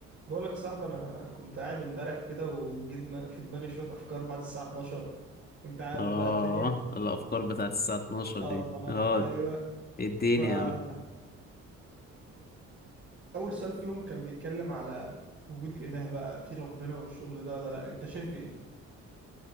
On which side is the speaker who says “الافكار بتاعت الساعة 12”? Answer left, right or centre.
Left